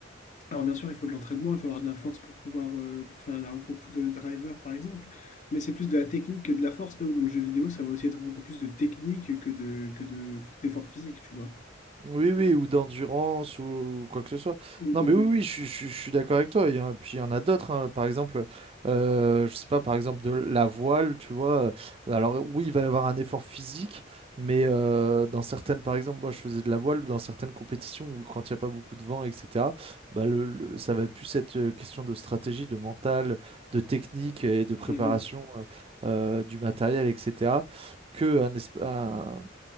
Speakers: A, on the left (about 40°); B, on the right (about 30°).
A: alors bien sûr, il faut de l'entraînement, il faut avoir de la force pour pouvoir euh, pour faire un gros coup de driver par exemple, mais c'est plus de la technique que de la force là où dans le jeu vidéo, ça va aussi être beaucoup plus de technique que de que de d'effort physique, tu vois.
B: Oui, oui, ou d'endurance, ou quoi que ce soit.
A: Mm,
B: Non,
A: mm,
B: mais oui, oui, je, suis je suis- je suis d'accord avec toi. Il y en- puis il y en a d'autres. hein. Par exemple, euh, je sais pas, par exemple, de la voile, tu vois. Alors, oui, il va y avoir un effort physique, mais euh, dans certaines, par exemple, moi, je faisais de la voile, dans certaines compétitions où, quand il n'y a pas beaucoup de vent, etc., bah, le, le- ça va plus être euh, question de stratégie, de mental, de technique et de préparation
A: mm. Mhm.
B: euh, euh, du matériel, etc., que un, esp- un-